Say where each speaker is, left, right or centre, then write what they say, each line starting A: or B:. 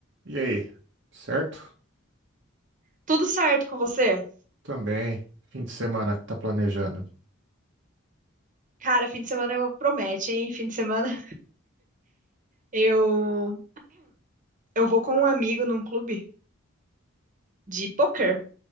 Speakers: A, on the right; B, on the right.
A: E aí, certo?
B: Tudo certo com você?
A: Também, fim de semana que tá planejando.
B: Cara, fim de semana eu promete, hein? Fim de semana eu eu vou com um amigo num clube de poker.